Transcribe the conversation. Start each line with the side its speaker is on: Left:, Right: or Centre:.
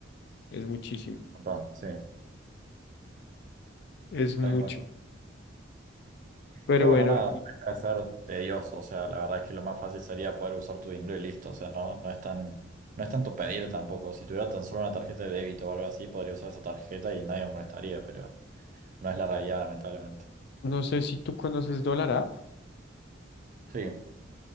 Left: es muchísimo,
Right: Un sí,
Left: es mucho.
Right: tal cual.
Left: Pero
Right: Pero
Left: bueno,
Right: bueno, nada,
Left: y
Right: no deja de ser tedioso. O sea, la verdad es que lo más fácil sería poder usar tu dinero y listo. O sea, no, no es tan, no es tanto pedir tampoco. Si tuviera tan solo una tarjeta de débito o algo así, podría usar esa tarjeta y nadie me molestaría, pero no es la realidad, lamentablemente.
Left: no sé si tú conoces Dollar App
Right: Sí,